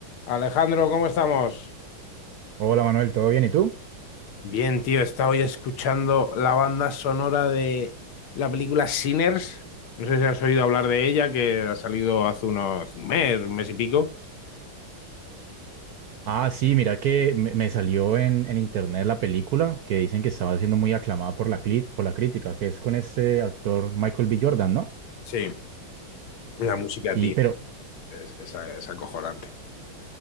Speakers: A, on the left (about 90°); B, on the right (about 75°).
A: Alejandro, ¿cómo estamos?
B: Hola Manuel, ¿todo bien? ¿Y tú?
A: Bien, tío, he estado hoy escuchando la banda sonora de la película Sinners. No sé si has oído hablar de ella, que ha salido hace unos un mes, un mes y pico.
B: Ah, sí, mira que me, me salió en, en internet la película que dicen que estaba siendo muy aclamada por la, cli- por la crítica, que es con este actor Michael B. Jordan, ¿no?
A: Sí. La música,
B: Y,
A: tío,
B: pero
A: es, es- es acojonante.